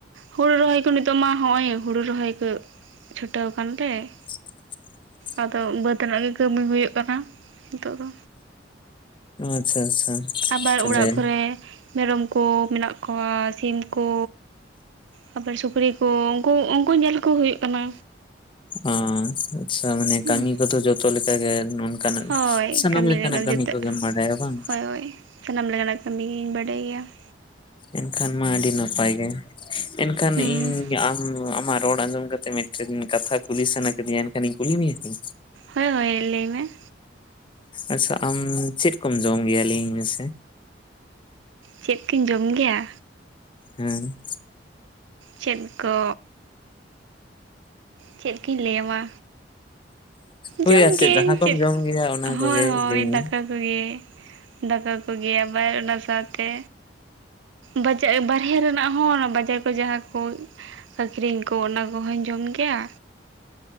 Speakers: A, on the right; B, on the left.
A: ᱦᱩᱲᱩ ᱨᱚᱦᱚᱭ ᱠᱚ ᱱᱤᱛᱚᱜ ᱢᱟ ᱦᱚᱜᱼᱚᱭ ᱦᱩᱲᱩ ᱨᱚᱦᱚᱭ ᱠᱚ ᱪᱷᱩᱴᱟᱹᱣ ᱟᱠᱟᱱ ᱞᱮ ᱾
B: <unintelligible>
A: ᱟᱫᱚ ᱵᱟᱹᱫᱽ ᱨᱮᱱᱟᱜ ᱜᱮ ᱠᱟᱹᱢᱤ ᱦᱩᱭᱩᱜ ᱠᱟᱱᱟ ᱱᱤᱛᱚᱜ ᱫᱚ,
B: ᱟᱪᱪᱷᱟ ᱟᱪᱪᱷᱟ,
A: ᱟᱵᱟᱨ
B: ᱛᱟᱦᱚᱞᱮ
A: ᱚᱲᱟᱜ ᱠᱚ ᱨᱮ ᱢᱮᱨᱚᱢ ᱠᱚ ᱢᱮᱱᱟᱜ ᱠᱚᱣᱟ ᱥᱤᱢ ᱠᱚ, ᱛᱟᱯᱚᱨ ᱥᱩᱠᱨᱤ ᱠᱚ ᱩᱱᱠᱩ ᱩᱱᱠᱩ ᱧᱮᱞ ᱠᱚ ᱦᱩᱭᱩᱜ ᱠᱟᱱᱟ,
B: ᱟ ᱟᱪᱪᱷᱟ ᱢᱟᱱᱮ
A: ᱦᱩᱸ
B: ᱠᱟᱹᱢᱤ, ᱟᱫᱚ ᱡᱚᱛᱚ ᱞᱮᱠᱟᱜ ᱜᱮ ᱱᱚᱝᱠᱟᱱᱟᱜ
A: ᱦᱳᱭ
B: ᱥᱟᱱᱟᱢ
A: ᱠᱟᱹᱢᱤ
B: ᱞᱮᱠᱟᱱᱟᱜ
A: ᱞᱮᱠᱟ ᱡᱚᱛᱚ
B: ᱠᱟᱹᱢᱤ ᱠᱚᱜᱮᱢ ᱵᱟᱲᱟᱭᱟ ᱵᱟᱝ?
A: ᱦᱳᱭ ᱦᱳᱭ ᱥᱟᱱᱟᱢ ᱞᱮᱠᱟ ᱱᱟᱜ ᱠᱟᱹᱢᱤ ᱜᱤᱧ ᱵᱟᱰᱟᱭ ᱜᱮᱭᱟ ᱾
B: ᱮᱱᱠᱷᱟᱱ ᱢᱟ ᱟᱹᱰᱤ ᱱᱟᱯᱟᱭ ᱜᱮ ᱾ ᱮᱱᱠᱷᱟᱱ
A: ᱦᱩᱸ
B: ᱤᱧ ᱟᱢ ᱟᱢᱟᱜ ᱨᱚᱲ ᱟᱸᱡᱚᱢ ᱠᱟᱛᱮ ᱢᱮᱫ, ᱠᱟᱛᱷᱟ ᱠᱩᱞᱤ ᱥᱟᱱᱟ ᱠᱤᱫᱤᱧᱟ ᱮᱱ ᱠᱷᱟᱱᱤᱧ ᱠᱩᱞᱤ ᱢᱮᱭᱟ ᱠᱤ?
A: ᱦᱳᱭ ᱦᱳᱭ ᱞᱟᱹᱭ ᱢᱮ,
B: ᱟᱪᱪᱷᱟ, ᱟᱢ ᱪᱮᱫ ᱠᱚᱢ ᱡᱚᱢ ᱜᱮᱭᱟ ᱞᱟᱹᱭ ᱤᱧ ᱢᱮᱥᱮ?
A: ᱪᱮᱫ ᱠᱚᱧ ᱡᱚᱢ ᱜᱮᱭᱟ?
B: ᱦᱮᱸ,
A: ᱪᱮᱫ ᱠᱚ, ᱪᱮᱫ ᱠᱟᱹᱧ ᱞᱟᱹᱭ ᱟᱢᱟ?
B: ᱦᱳᱭ
A: ᱡᱚᱢ
B: ᱟᱨ
A: ᱜᱤᱭᱟᱹᱧ
B: ᱡᱟᱦᱟᱸ ᱠᱚᱢ
A: ᱪᱮᱫ
B: ᱡᱚᱢ ᱜᱮᱭᱟ ᱚᱱᱟ
A: ᱦᱳᱭ
B: ᱠᱚᱜᱮ
A: ᱦᱳᱭ
B: ᱞᱟᱹᱭ ᱢᱮ
A: ᱫᱟᱠᱟ, ᱠᱚᱜᱮ ᱫᱟᱠᱟ ᱠᱚᱜᱮ ᱟᱵᱟᱨ ᱚᱱᱟ ᱥᱟᱶᱛᱮ, ᱵᱟᱡᱟ ᱵᱟᱨᱦᱮ ᱨᱮᱱᱟᱜ ᱦᱚᱸ ᱚᱱᱟ ᱵᱟᱡᱟᱨ ᱠᱚ ᱡᱟᱦᱟᱸ ᱠᱚ, ᱟᱠᱷᱨᱤᱧ ᱠᱚ ᱚᱱᱟ ᱠᱚᱦᱚᱧ ᱡᱚᱢ ᱜᱮᱭᱟ,